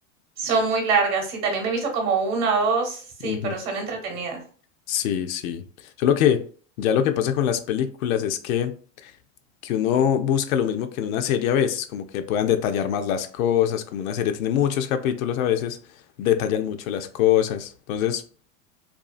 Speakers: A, on the right (about 40°); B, on the left (about 85°).
A: son muy largas. Sí, también me he visto como una o dos, sí,
B: Ujú.
A: pero son entretenidas.
B: Sí, sí. Solo que ya lo que pasa con las películas es que, que uno busca lo mismo que en una serie a veces, como que puedan detallar más las cosas, como una serie tiene muchos capítulos a veces, detallan mucho las cosas. Entonces,